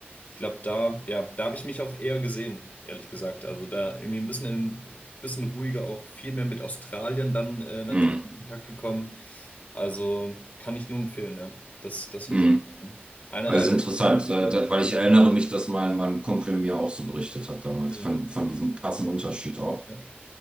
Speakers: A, on the left; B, on the right.
A: ich glaube, da, ja, da habe ich mich auch eher gesehen, ehrlich gesagt. Also da irgendwie ein bisschen, in, bisschen ruhiger auch viel mehr mit Australien dann äh, natürlich
B: Hm.
A: in Kontakt gekommen. Also kann ich nur empfehlen, ja. Das, das
B: Hm.
A: war sehr cool. Eine
B: Also
A: Reise,
B: interessant,
A: die ich sehr,
B: äh, da- weil ich erinnere mich, dass mein, mein Kumpel mir auch so berichtet hat damals,
A: Mhm.
B: von, von diesem krassen Unterschied auch.
A: ja,